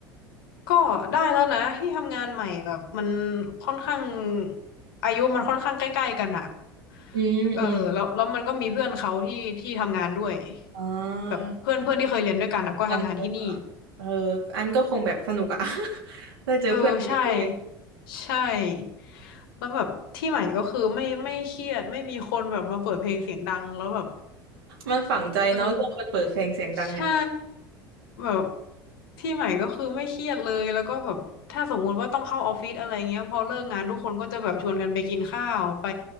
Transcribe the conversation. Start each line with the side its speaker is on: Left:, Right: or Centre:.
Left: ก็ได้แล้วนะที่ทำงานใหม่แบบมันค่อนข้างอายุมันค่อนข้างใกล้ๆกันอ่ะ
Right: อืมอืม
Left: เออแล้วแล้วมันก็มีเพื่อนเขาที่ที่ทำงานด้วย
Right: อ่
Left: แบบเพื่อนเพื่อนที่เคยเรียนด้วยกันอะก็ทำงานที่นี่
Right: ากันเออเอออันก็คงแบบสนุกอะ <laughs> ได้เจอเพื่อนตัวเองด้วย
Left: เออใช่ใช่แล้วแบบที่ใหม่ก็คือไม่ไม่เครียดไม่มีคนแบบมาเปิดเพลงเสียงดังแล้วแบบ
Right: มันฝังใจเนาะเรื่องคนเปิดเพลงเสียงดังเนี่ย
Left: เออใช่แบบที่ใหม่ก็คือไม่เครียดเลยแล้วก็แบบถ้าสมมุติว่าต้องเข้าออฟฟิศอะไรเงี้ยพอเลิกงานทุกคนก็จะแบบชวนกันไปกินข้าวไป